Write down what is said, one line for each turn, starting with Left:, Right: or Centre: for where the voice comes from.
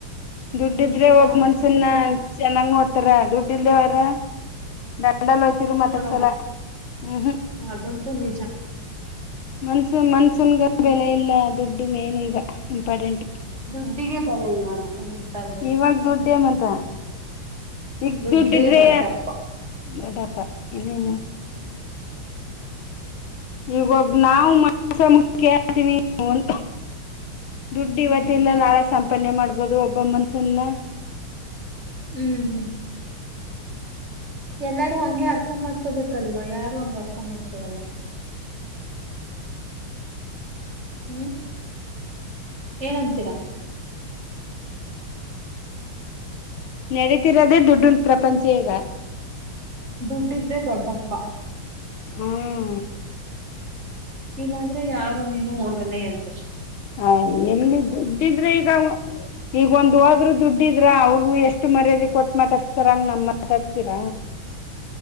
Left: ದುಡ್ಡಿದ್ರೆ
Right: ದುಡ್ಡಿಲ್ಲ
Left: ಒಬ್
Right: ಅಂದ್ರೆ
Left: ಮನ್ಸನ್ನ
Right: ಇಲ್ಲ
Left: ಚೆನ್ನಾಗ್ ನೋಡ್ತಾರ ದುಡ್ ದಿಲ್ದೇವರ ಡ ಡಲ್ ಹೋಯ್ತಿರು
Right: ಯಾರು
Left: ಮಾತಾಡ್ಸಲ್ಲ
Right: ನೋಡಲ್ಲ
Left: ಹ್ಮ್ ಹ್ಮ್.
Right: ಅದಂತೂ ನಿಜ
Left: ಮನ್ಸನ್ ಮನ್ಸನ್ಗ ಬೆಲೆ ಇಲ್ಲ ದುಡ್ಡು ಮೇನ್ ಈಗ ಇಂಪಾರ್ಟೆಂಟು.
Right: ದುಡ್ಡಿಗೆ ಬೆಲೆ ಇವಾಗ. ಈಗಿನ ಕಾಲದಲ್ಲಿ
Left: ಇವಾಗ್ ದುಡ್ಡೇ ಮಂತ. ಈಗ್
Right: ದುಡ್ಡೇ
Left: ದುಡ್ಡಿದ್ರೇ
Right: ದೊಡ್ಡಪ್ಪ
Left: ದೊಡಪ್ ಪ್ಪ ಇನ್ನೇನು.
Right: ಹುಂ.
Left: ಈಗ್ ಒಬ್ ನಾವು ಮನ್ಸ ಮುಖ್ಯ ಅಂತಿವಿ ಒನ್ ದುಡ್ಡಿವತ್ತಿಲ್ಲಾ
Right: ಹ್ಮ್
Left: ನಾಳೆ ಸಂಪ್ ಪನೆ ಮಾಡ್ಬೋದು ಒಬ್ಬ ಮನ್ಸನ್ನ.
Right: ಹ್ಮ್ ಹ್ಮ್ ಎಲ್ಲಾರೂ ಹಂಗೆ ಅರ್ಥ ಮಾಡ್ಕೊಬೇಕಲ್ವಾ ಯಾರು ಹಂಗ್ ಅರ್ಥ ಮಾಡ್ಕೊಳಲ್ಲ. ಹ್ಮ್ ಏನಂತೀರಾ?
Left: ನೆಡೀತಿರೋದೇ ದುಡ್ಡಿನ್ ಪ್ರಪಂಚ ಈಗ.
Right: ದುಡ್ಡಿದ್ರೆ ದೊಡ್ಡಪ್ಪ.
Left: ಹಾಂ
Right: ಇಲ್ಲಾಂದ್ರೆ ಯಾರು ನೀನು ಹೋಗಲ್ಲೆ ಅನ್ಸ್
Left: ಹ ಎಲ್ಲಿ ದುಡ್ಡಿದ್ರೆ ಈಗ ಈಗ ಒಂದ್ ಹೋದ್ರೂ ದುಡ್ಡಿದ್ರ ಅವ್ರುಗು ಎಷ್ಟ್ ಮರ್ಯಾದೆ ಕೊಟ್ ಮಾತಾಡ್ಸ್ತಾರಂಗ ನಮ್ ಮಾತಾಡ್ಸೀರ?